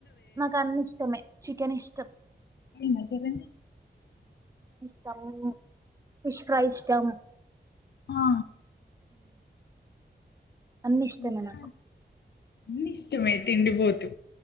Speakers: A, on the right; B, on the left.
A: నాకు అన్ని ఇష్టమే చికెన్ ఇష్టం
B: అయిందా చేరంది
A: ఇష్టము ఫిష్ ఫ్రై ఇష్టం
B: ఆ,
A: అన్ని ఇష్టమే
B: ఇంకా
A: నాకు
B: అన్ని ఇష్టమే తిండిపోతు